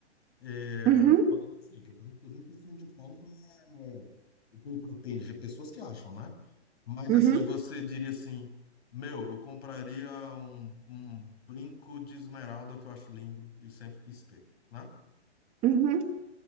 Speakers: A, on the left; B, on the right.
A: É,
B: <laughs> Uhum,
A: tô dando exemplo, tá? Por exemplo o iPhone de ponta é, tem, tem pessoas que acham, né? Mas
B: uhum,
A: assim, você diria assim, meu, eu compraria um, um brinco de esmeralda que eu acho lindo e sempre quis ter, né?
B: uhum.